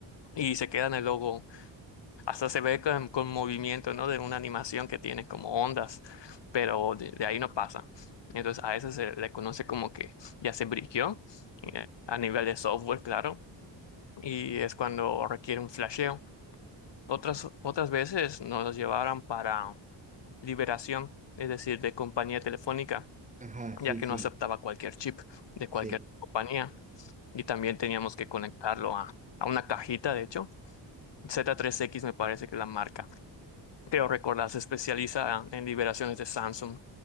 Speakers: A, on the left; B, on the right.
A: y se queda en el logo. Hasta se ve con, con movimiento, ¿no? De una animación que tiene como ondas, pero de, de ahí no pasa. Entonces a eso se le conoce como que ya se briqueó eh, a nivel de software, claro, y es cuando requiere un flasheo. Otras, otras veces nos los llevaron para liberación, es decir, de compañía telefónica
B: Ajá, sí,
A: ya que
B: sí.
A: no aceptaba cualquier chip de cualquier
B: Sí.
A: compañía y también teníamos que conectarlo a, a una cajita, de hecho. Z3X me parece que es la marca creo recordar, se especializa en liberaciones de Samsung.